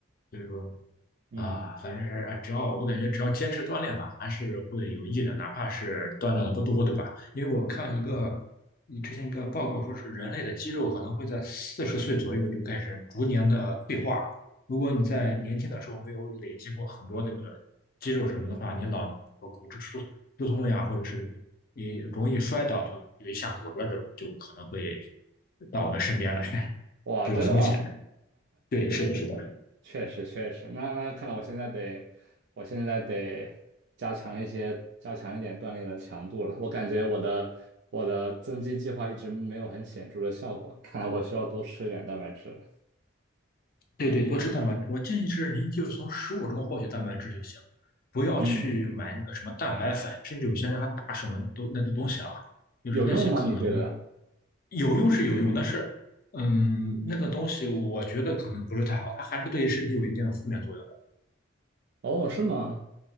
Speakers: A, on the left; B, on the right.
A: 所以说。
B: 嗯，
A: 啊，反正是啊，只要我感觉只要坚持锻炼吧，还是会有益的，哪怕是锻炼的不多，对吧？因为我看一个，你之前一个报告说是人类的肌肉可能会在四十岁左右就开始逐年的退化。如果你在年轻的时候没有累积过很多那个肌肉什么的话，你老年和骨质疏疏松呀，或者是你容易摔倒，就有一下骨折这种，就可能会到我们身边来，<laughs>
B: 哇，
A: 这种风险。
B: 真的吗？
A: 对，是的，是的。
B: 确实确实，那那看来我现在得，我现在得加强一些，加强一点锻炼的强度了。我感觉我的我的增肌计划一直没有很显著的效果，看来我需要多吃一点蛋白质了。
A: 对对，多吃蛋白质。我建议是您就是从食物中获取蛋白质就行，不要去买那个什么蛋白粉，
B: 嗯，
A: 甚至有些人还打什么都那个东西啊，就是那些可能
B: 有用吗？你觉得？
A: 有用是有用，但是嗯，那个东西我觉得可能不是太好，它还是对身体有一定的负面作用。
B: 哦，是吗？